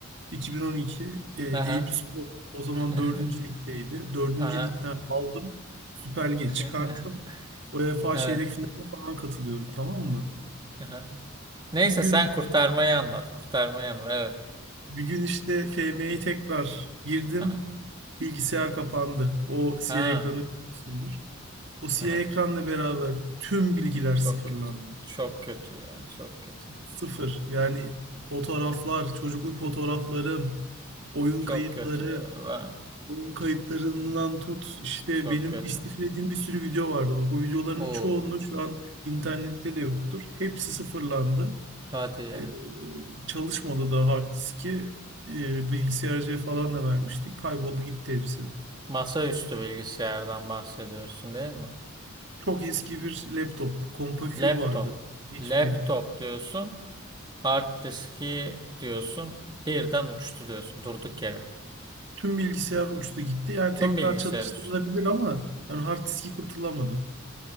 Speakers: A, on the right; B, on the right.
A: 2012 e, Eyüp
B: Aha.
A: Spor o zaman
B: <laughs>
A: dördüncü ligdeydi. dördüncü
B: Aha.
A: ligden aldım. Süper Lig'e
B: <laughs>
A: çıkarttım. UEFA
B: Evet.
A: çeyrek finaline falan katılıyorum tamam mı?
B: Aha. Neyse
A: Bir gün
B: sen kurtarmayı anlat. Kurtarmayı anlat. Evet.
A: bir gün işte FM'ye
B: Evet.
A: tekrar girdim.
B: Aha.
A: Bilgisayar kapandı. O siyah
B: Ha.
A: ekranı biliyorsundur. O siyah
B: Aha.
A: ekranla beraber tüm bilgiler
B: Çok
A: sıfırlandı.
B: kötü. Çok kötü ya. Çok kötü.
A: Sıfır. Yani fotoğraflar, çocukluk fotoğraflarım, oyun
B: Çok
A: kayıtları,
B: kötü ya. Ben...
A: oyun kayıtlarından
B: Evet,
A: tut işte
B: Çok
A: benim
B: kötü.
A: istiflediğim bir sürü video vardı. Bak o videoların
B: Oo.
A: çoğunluğu şu an internette de yoktur. Hepsi sıfırlandı.
B: Hadi ya.
A: Ee, çalışmadı da hard diski. Ee, bilgisayarcıya falan da vermiştik. Kayboldu gitti hepsi.
B: Masaüstü bilgisayardan bahsediyorsun değil mi?
A: Çok eski bir laptop. Compaq
B: Laptop.
A: vardı. HP.
B: Laptop diyorsun. Hard diski diyorsun. Birden uçtu diyorsun. Durduk yere.
A: Tüm bilgisayar uçtu gitti. Yani
B: Tüm
A: tekrar
B: bilgisayar
A: çalıştırılabilir
B: uçtu.
A: ama yani hard diski kurtulamadı.